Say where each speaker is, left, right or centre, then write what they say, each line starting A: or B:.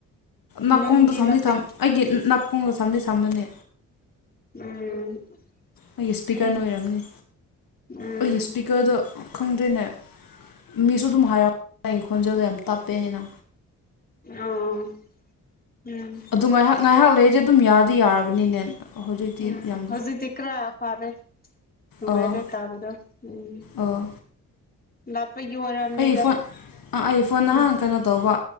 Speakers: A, on the left; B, on the left.
A: ꯅꯨꯡꯒꯤ
B: ꯅꯥꯀꯣꯡꯗ ꯊꯝꯗꯤ
A: ꯅꯠꯇꯦ
B: ꯊꯝ ꯑꯩꯒꯤ ꯅ ꯅꯥꯀꯣꯡꯗ ꯊꯝꯗꯤ ꯊꯝꯕꯅꯦ
A: ꯎꯝ
B: ꯑꯩꯒꯤ ꯏꯁꯄꯤꯀ꯭ꯔꯅ
A: ꯎꯝ
B: ꯑꯣꯏꯔꯝꯅꯤ
A: ꯎꯝ
B: ꯑꯩꯒꯤ ꯏꯁꯄꯤꯀ꯭ꯔꯗꯣ ꯈꯪꯗꯦꯅꯦ ꯃꯤꯁꯨ ꯑꯗꯨꯝ ꯍꯥꯏꯔꯝ ꯑꯩꯒꯤ ꯈꯣꯟꯖꯦꯜꯗꯣ ꯌꯥꯝ ꯇꯞꯄꯦ ꯍꯥꯏꯅ
A: ꯑꯥ ꯎꯝ
B: ꯑꯗꯨ ꯉꯥꯏꯍꯥꯛ ꯉꯥꯏꯍꯥꯛ ꯂꯩꯔꯗꯤ ꯑꯗꯨꯝ ꯌꯥꯗꯤ ꯌꯥꯔꯕꯅꯤꯅꯦ ꯍꯧꯖꯤꯛꯇꯤ
A: ꯎꯝ
B: ꯌꯥꯝ
A: ꯍꯧꯖꯤꯛꯇꯤ ꯈꯔ ꯐꯥꯔꯦ ꯅꯨꯡꯉꯥꯏꯔꯦ
B: ꯑꯥ
A: ꯇꯥꯕꯗ ꯎꯝ
B: ꯑꯥ
A: ꯂꯥꯞꯄꯒꯤ ꯑꯣꯏꯔꯝꯅꯤꯗ
B: ꯑꯩꯒꯤ ꯐꯣꯟ ꯑꯥ ꯑꯩ ꯐꯣꯟ
A: ꯎꯝ
B: ꯅꯍꯥꯟ ꯀꯩꯅꯣ ꯇꯧꯕ